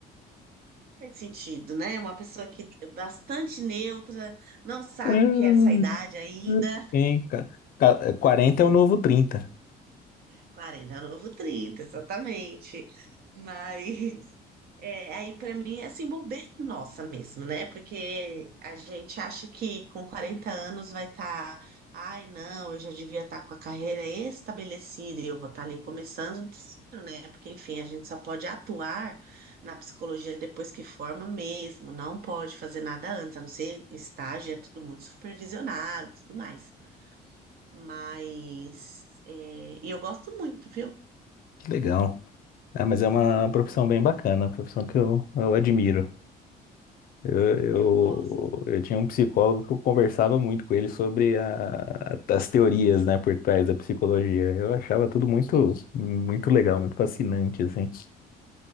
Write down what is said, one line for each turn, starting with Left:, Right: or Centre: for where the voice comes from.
Right: faz sentido, né? Uma pessoa que é bastante neutra, não sabe
Left: Hum,
Right: o que é essa idade ainda.
Left: Hein, ca- ca- 40 é o novo 30.
Right: quarenta é o novo trinta exatamente. Mas É, aí para mim é assim, bobeira nossa mesmo, né? Porque a gente acha que com 40 anos vai estar, ai, não, eu já devia estar com a carreira estabelecida e eu vou estar ali começando do zero, né? Porque, enfim, a gente só pode atuar na psicologia depois que forma mesmo, não pode fazer nada antes, a não ser estágio, é tudo muito supervisionado e tudo mais. Mas, é, e eu gosto muito, viu?
Left: Que legal. Ah, mas é uma profissão
Right: Hum,
Left: bem bacana, uma profissão que eu, eu admiro. Eu,
Right: é,
Left: eu,
Right: eu gosto.
Left: eu tinha um psicólogo que eu conversava muito com ele sobre a- as teorias, né, por trás da psicologia. Eu achava tudo muito, muito legal, muito fascinante, assim.